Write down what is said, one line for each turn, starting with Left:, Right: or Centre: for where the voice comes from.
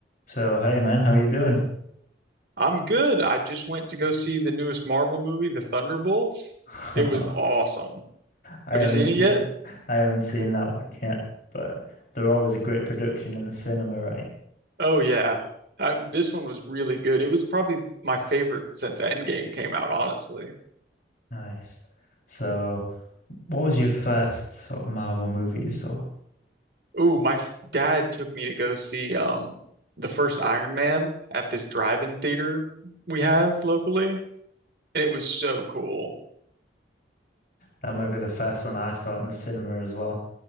Left: So, hey man, how you doing?
Right: I'm good. I just went to go see the newest Marvel movie, The Thunderbolts.
Left: <laughs>
Right: It was awesome.
Left: I haven't
Right: Have you seen
Left: seen
Right: it yet?
Left: I haven't seen that one yet, but they're always a great production in the cinema, right?
Right: Oh yeah. I, this one was really good. It was probably my favorite since Endgame came out, honestly.
Left: Nice. So, what was your first sort of Marvel movie you saw?
Right: Ooh, my f- dad took me to go see um the first Iron Man at this drive-in theater we have locally, and it was so cool.
Left: That might be the first one I saw in the cinema as well.